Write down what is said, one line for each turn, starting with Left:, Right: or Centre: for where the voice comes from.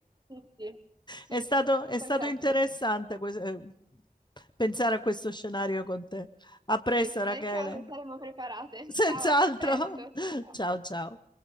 Right: Sì, sì, Sì,
Left: È stato, è
Right: perfetto.
Left: stato interessante que- eh, pensare a questo scenario con te. A presto,
Right: Sì,
Left: Rachele.
Right: nel caso saremo preparate.
Left: Senz'altro.
Right: Ciao, a presto.
Left: <laughs>
Right: Ciao.
Left: Ciao, ciao.